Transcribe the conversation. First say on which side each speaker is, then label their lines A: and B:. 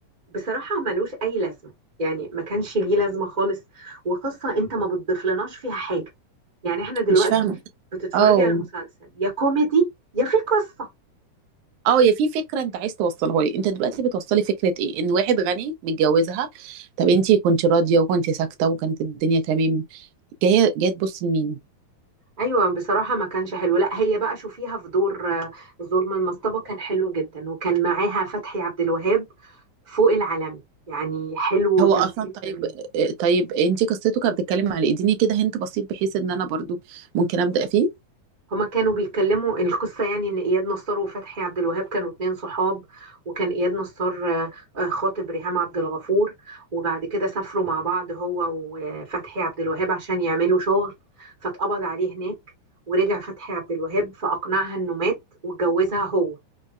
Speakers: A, on the right; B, on the right.
A: بصراحه ملوش اي لازمه يعني ما كانش ليه لازمه خالص وقصه انت ما بتضيفلناش فيها حاجه يعني احنا دلوقتي
B: مش فاهمه
A: بتتفرجي
B: اه
A: على المسلسل يا كوميدي يا في قصه
B: اه يا في فكره انت عايز توصلها لي انت دلوقتي بتوصلي فكره ايه ان واحد غني متجوزها طب انت كنت راضيه وكنت ساكته وكانت الدنيا تمام جايه جايه تبص لمين
A: ايوه بصراحه ما كانش حلو لا هي بقى شوفيها في دور آه، ظلم المصطبه كان حلو جدا وكان معاها فتحي عبد الوهاب فوق العالمي يعني حلو
B: هو
A: وتمثيله
B: اصلا طيب
A: جميل
B: آه، طيب انت قصته كانت بتتكلم على ايه؟ اديني كده هنت بسيط بحيث ان انا برضو ممكن ابدا فيه
A: هما كانوا بيتكلموا القصة يعني إن إياد نصار وفتحي عبد الوهاب كانوا اتنين صحاب وكان إياد نصار آه، آه، خاطب ريهام عبد الغفور وبعد كده سافروا مع بعض هو وفتحي عبد الوهاب عشان يعملوا شغل فاتقبض عليه هناك ورجع فتحي عبد الوهاب فأقنعها إنه مات واتجوزها هو